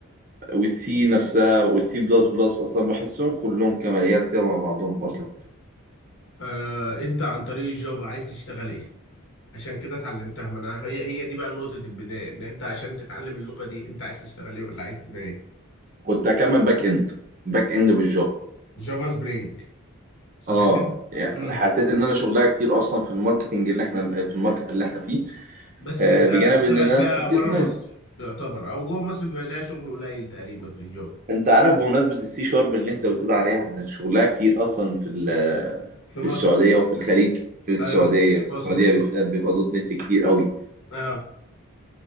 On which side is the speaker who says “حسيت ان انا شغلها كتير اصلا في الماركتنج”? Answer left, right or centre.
Right